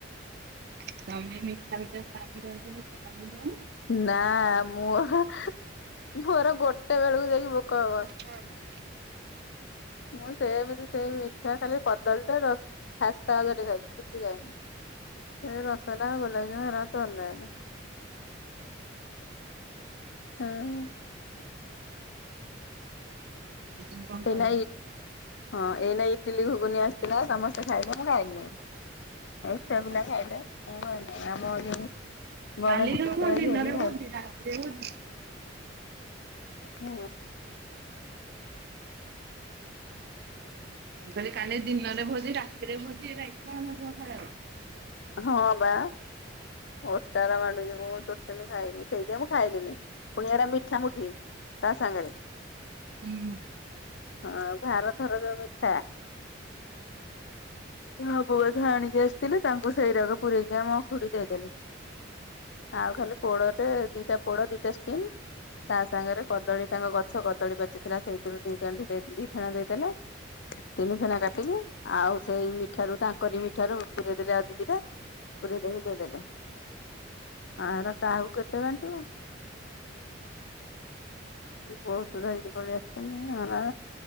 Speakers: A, on the right; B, on the left.
A: ତମେ ମିଠା ପିଠା ଖାଇକି ରହିଯିବୁ। <unintelligible>
B: ନା ମୋ <unintelligible> ର। ମୋର ଗୋଟେ ବେଳକୁ ଯାଇକି ଭୋକ ହବ।
A: <unintelligible>
B: ମୁଁ ସେମିତି ସେଇ ମିଠା ଖାଲି କଦଳୀ ଟା ରସ୍‌ ଖାସ୍ତା ଗଜା ଟେ ଖାଇଛି କିଛି ଖାଇନିଁ। ଏ ରସଗୋଲା, ଗୋଲାପୀଜାମ ଏରାକ ତ ଅଲା ଅଲି। ହୁଁ।
A: ସେଇଥିପାଇଁ କଣ
B: ଏଇ
A: କରିବ
B: ନାଇ ହଁ ଏଇନାଇ ଇଟିଲି ଘୁଗୁନି ଆସିଥିଲା ସମସ୍ତେ ଖାଇଲେ ମୁ ଖାଇଲିନି ଆଉ। ଆଉ ଛୁଆ ପିଲା ଖାଇଲେ ଆମର <unintelligible> <inaudible> ଭଲ
A: କାଲିର
B: ପାଏନି।
A: ମୁଁ ଦିନରେ ଭୋଜି ରାତିରେ ଭୋଜି।
B: ଅ
A: ମୁଁ କହିଲି କାଲି ଦିନରେ ଭୋଜି ରାତିରେ ଭୋଜି ଏରା ଇଛା ହେଉନଥିବ ଖାଇବାକୁ।
B: ହଁବା। ଓଟାର ମାଡୁଛି। ମୁଁ ଟୋଟାଲି ଖାଇନି ସେଇଥିପାଇଁ ମୁଁ ଖାଇଲିନି। ପୁଣି ଏରା ମିଠାମୁଠି। ତା ସାଙ୍ଗରେ
A: ହୁଁ ମୁଁ
B: ହଁ, ଭାର ଥୋର ଯୋଉ ମିଠା। ନୂଆ ବୋହୁ ବୋଧେ ଆଣିକି ଆସିଥିଲେ। ତାଙ୍କୁ ଓ ସେଇରାଗ ପୁରରେଇକି ଆମ ଖୁଡି ଦେଇଦେଲେ। ଆଉ ଖାଲି ପୋଡ଼ରେ ଦିଟା ପୋଡ ଦିଟା ଷ୍ଟିମ୍ ତା ସାଙ୍ଗରେ କଦଳୀ ତାଙ୍କ ଗଛ କଦଳୀ ପାଚିଥିଲା ସେଇଥିରୁ ଦି କାନ୍ଦି ଦି ଫେଣା ଦେଇଦେଲେ। ତିନି ଫେଣା କାଟିକି ଆଉ ସେଇ ମିଠାରୁ ତାଙ୍କରି ମିଠାରୁ ପୁରେଇ ଦେଲି ଆଉ ଦି ଦିଟା ପୁରେଇ ଦେଇକି ଦେଇଦେଲେ ଆର କାହାକୁ କେତେ ବାଣ୍ଟିବ। ତୁ ବହୁତ ଧରିକି ପଳେଇ ଆସିଛନ୍ତି ଆରା।